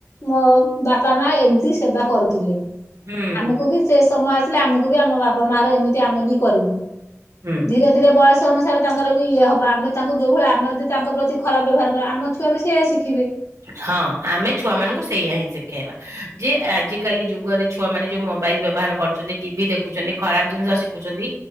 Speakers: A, on the left (about 70°); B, on the right (about 75°).
A: ମୋ ବାପା ମା ଏମିତି ସେବା କରୁଥିଲେ
B: ହୁଁ
A: ଆମକୁ ବି ସେ ସମୟ ଆସିଲେ ଆମକୁ ବି ଆମ ବାପା ମା ର ଏମିତି ଆମେ ବି କରିବୁ
B: ହୁଁ।
A: ଧୀରେ ଧୀରେ ବୟସ ଅନୁସାରେ ତାଙ୍କର ବି ଇଏ ହବ ଆମେ ତାଙ୍କୁ ଯେଉ ଭଳି ଆମେ ଯଦି ତାଙ୍କ ପ୍ରତି ଖରାପ ବ୍ୟବହାର କରିବା ଆମ ଛୁଆ ବି ସେଇଆ ଶିଖିବେ।
B: ହଁ ଆମେ ଛୁଆ ମାନଙ୍କୁ ସେଇଆ ହିଁ ଶିଖେଇବା। ଯେ ଆଜିକାଲି ଯୁଗରେ ଛୁଆମାନେ ଯୋଉ ମୋବାଇଲ ବ୍ୟବହାର କରୁଛନ୍ତି ଟିଭି ଦେଖୁଛନ୍ତି ଖରାପ ଜିନିଷ ଶିଖ ଖୁଛନ୍ତି